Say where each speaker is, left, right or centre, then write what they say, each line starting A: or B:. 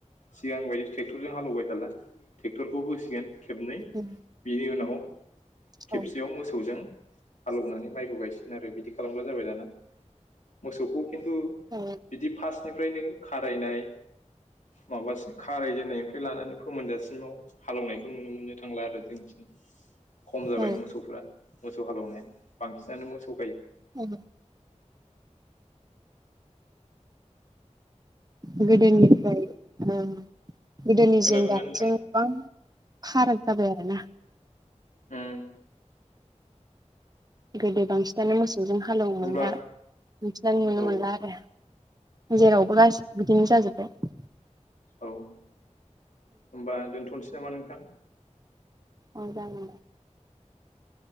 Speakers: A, on the left (about 80°); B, on the right (about 30°).
A: सिगां बायदि टेक्टरजों हालौबाय थागोन टेक्टरखौ होसिगोन खेबनै
B: उम
A: बिनि उनहव खेबसेयाव
B: औ
A: मोसौजों हालौनानै माइखौ गायसिन आरो बिदि खालामग्रा जाबाय दाना मोसौखौ किन्टु
B: औ
A: बिदि फार्स्टनिफ्राय नों खारायनाय माबासिम खारायजेननायनिफ्राय लानानै फोमोनजासिमाव हालौनायखौ नुनो मोननो थांला आरो जोंथिं खम जाबाय
B: औ
A: मोसौफोरा मोसौ हालौनाया बांसिनानो मोस <unintelligible>
B: औ गोदोनिफ्राय उम गोदोनिजों
A: खोनादोंना
B: दानिजों
A: नोंथां
B: गोबां फाराग जाबाय आरोना
A: उम।
B: गोदो बांसिनानो मोसौ जों हालौवोमोन
A: होमबा
B: दा मिथिनानै नुनो
A: औ
B: मोनला आरो
A: औ
B: जेरावबो गासिबो बिदिनो जाजोबबाय
A: औ होमबा दोनथ'नोसै नामा नोंथां?
B: औ जागोनदे।